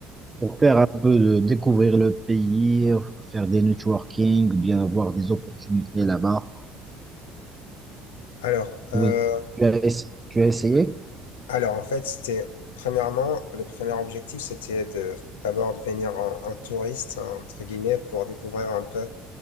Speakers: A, on the right; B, on the left.
A: pour faire un peu de découvrir le pays, faire des networking, ou bien avoir des opportunités là-bas.
B: Alors, euh,
A: Vous- Tu as, ess- tu as essayé?
B: Alors, en fait, c'était, premièrement, le premier objectif, c'était de, d'abord de venir en, touriste, hein, entre guillemets, pour découvrir un peu,